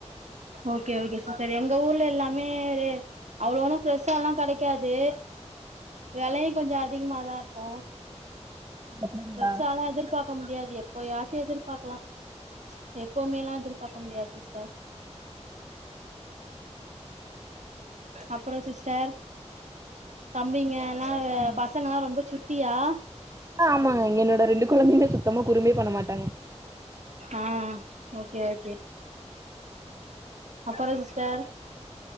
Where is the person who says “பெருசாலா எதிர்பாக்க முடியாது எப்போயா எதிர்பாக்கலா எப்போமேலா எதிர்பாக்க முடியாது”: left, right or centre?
Right